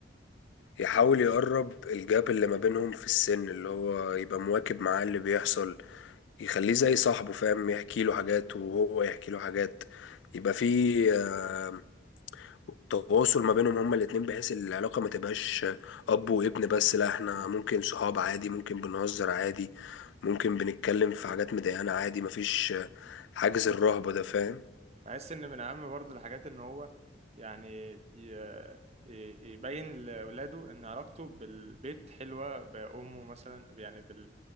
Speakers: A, on the left; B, on the right.
A: يحاول يقرب الجاب اللي ما بينهم في السن اللي هو يبقى مواكب معاه اللي بيحصل يخليه زي صاحبه فاهم يحكي له حاجات وهو يحكي له حاجات يبقى في آه، تواصل ما بينهم هما الاتنين بحيث العلاقة ما تبقاش أب وابن بس لا احنا ممكن صحاب عادي ممكن بنهزر عادي ممكن بنتكلم في حاجات مضايقانا عادي مفيش آه، حاجز الرهبة ده فاهم
B: بحس ان من اهم برضو الحاجات ان هو يعني ي- ي- يبين لاولاده ان علاقته بالبيت حلوة بامه مثلا يعني بال